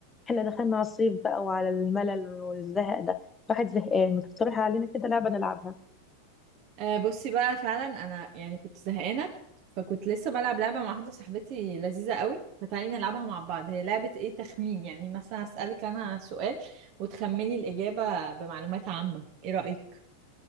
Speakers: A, on the left; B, on the right.
A: احنا دخلنا على الصيف بقى وعلى الملل والزهق ده الواحد زهقان ما تقترح علينا كده لعبة نلعبها
B: آه، بصي بقى فعلا انا يعني كنت زهقانه فكنت لسه بلعب لعبه مع واحده صاحبتي لذيذه قوي فتعالي نلعبها مع بعض هي لعبه ايه تخمين يعني مثلا اسالك انا سؤال وتخمني الاجابه بمعلومات عامه ايه رايك